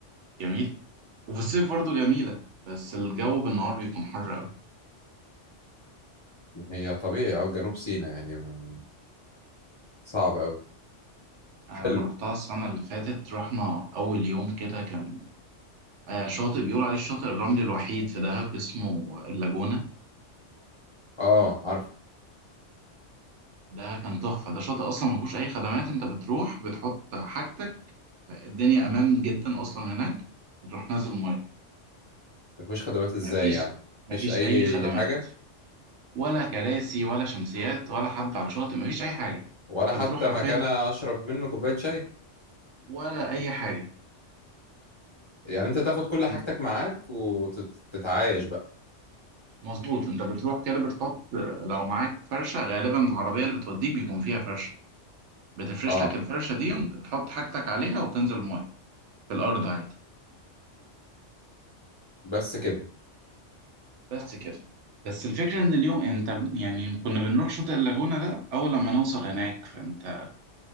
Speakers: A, on the right; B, on the left.
A: جميل وفي الصيف برضه جميلة بس الجو بالنهار بيكون حر أوي
B: هي طبيعي او جنوب سيناء يعني ما- صعب قوي
A: آه،
B: حلو
A: لما رحتها السنة اللي فاتت رحنا أول يوم كده كان آه، شاطئ بيقول عليه الشاطئ الرملي الوحيد في دهب اسمه اللاجونة
B: اه عارف
A: ده كان تحفة ده شاطئ أصلا ما فيهوش أي خدمات أنت بتروح بتحط حاجتك الدنيا أمان جدا أصلا هناك وتروح نازل مية
B: مفيش خدمات ازاي
A: مفيش
B: يعني مفيش
A: مفيش
B: اي
A: أي خدمات
B: حاجة
A: ولا كراسي ولا شمسيات ولا حد على الشاطئ مفيش اي حاجه
B: ولا حتى
A: انت بتروح حرفيا
B: مكان اشرب منه كوباية شاي
A: ولا اي حاجه
B: يعني انت تاخد كل حاجتك
A: انت
B: معاك وتتعايش بقى
A: مظبوط انت بتروح كده بتحط لو معاك فرشه غالبا العربيه اللي بتوديك بيكون فيها فرشه بتفرش
B: اه
A: لك الفرشه دي وانت بتحط حاجتك عليها وبتنزل الميه في الارض عادي
B: بس كده
A: بس كده بس الفكره ان اليوم انت يعني كنا بنروح شاطئ اللاجونه ده اول لما نوصل هناك فانت